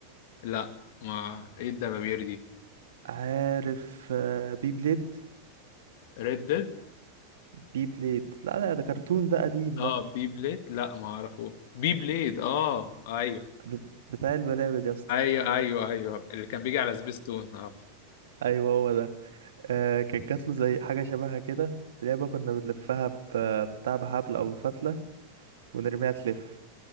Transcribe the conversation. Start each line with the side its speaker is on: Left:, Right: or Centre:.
Left: لا ما ايه الدبابير دي
Right: عارف آه، بي بليد
Left: ريد ديد
Right: بي بليد لا لا ده كرتون ده قديم
Left: اه
Right: ده
Left: بي بليد لا ما اعرفه بي بليد اه ايوه
Right: بت- بتاع البلابل يا اسطى
Left: ايوه ايوه ايوه اللي كان بيجي على سبيستون اه
Right: ايوه هو ده آه كانت جات له زي حاجة شبهها كده لعبة كنا بنلفها ب- بتاع بحبل او بفتلة ونرميها تلف